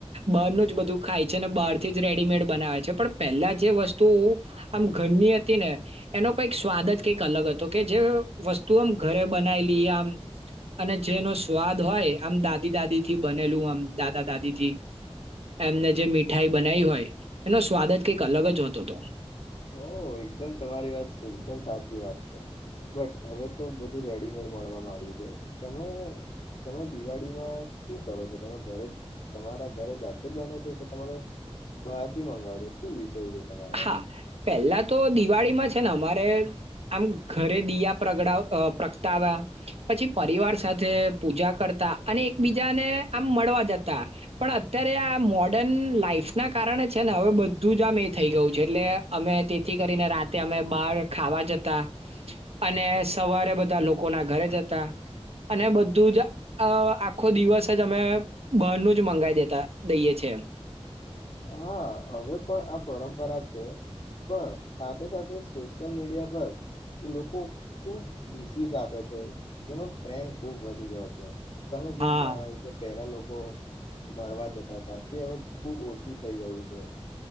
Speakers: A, on the right; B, on the left.
A: બારનું જ બધું ખાય છે ને બહારથી જ રેડીમેડ બનાવે છે પણ પહેલા જે વસ્તુ આમ ઘરની હતી ને એનો કઈક સ્વાદ જ કંઈક અલગ હતો તો કે જે વસ્તુ આમ ઘરે બનાયલી આમ અને જેનો સ્વાદ હોય આમ દાદી દાદી થી બનેલું આમ દાદા દાદી થી એમને જે મીઠાઈ બનાવી હોય એનો સ્વાદ જ કંઈક અલગ જ હતો હતો
B: હ એકદમ તમારી વાત એકદમ સાચી વાત છે બટ હવે તો બધું રેડીમેડ મળવા માંડ્યું છે તમે તમે દિવાળીમાં શું કરો છો તમે ઘરે જ તમારા ઘરે જાતે જ બને છે કે તમારો બહાર થી મંગાવોજો શું વિ સ તમામારે
A: હા, પહેલા તો દિવાળીમાં છે ને અમારે આમ ઘરે દીયા પ્રગડાવ પ્રગટાવ્યા પછી પરિવાર સાથે પૂજા કરતા અને એકબીજાને આમ મળવા જતા પણ અત્યારે આ મોર્ડન લાઈફ ના કારણે છે ને હવે બધું જ આમ થઈ ગયું છે એટલે અમે તેથી કરીને રાતે અમે બહાર ખાવા જતા અને સવારે બધા લોકોના ઘરે જતા અને બધું જ આખો દિવસ જ અમે બારનું જ મંગાવાઈ દેતા દઈએ છ છેએ
B: હા હવે પણ આ પરંપરા છે પણ સાથે સાથે સોશિયલ મીડિયા પર લોકો ખુબ વિીસીસ આપે છે એનો ટ્રેન્ડ ખુબ વધી ગયો છે તમે જેવું
A: હા.
B: જણાવ્યું કે પેલા લોકો મળવા જતા હતા તે હવે ખુબ ઓછું શું થઇ ગયું છે